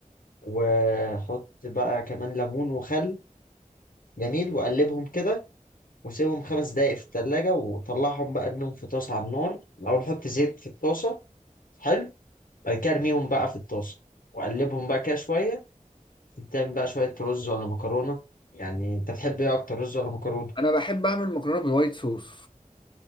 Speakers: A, on the left (about 85°); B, on the left (about 35°).
A: وحط بقى كمان ليمون وخل جميل وقلبهم كده وسيبهم خمس دقايق في التلاجة وطلعهم بقى ارميهم في طاسة على النار الأول حط زيت في الطاسة حلو بعد كده ارميهم بقى في الطاسة وقلبهم بقى كده شوية تعمل بقى شوية رز ولا مكرونة يعني أنت بتحب إيه أكتر رز ولا مكرونة
B: انا بحب اعمل مكرونه بالوايت صوص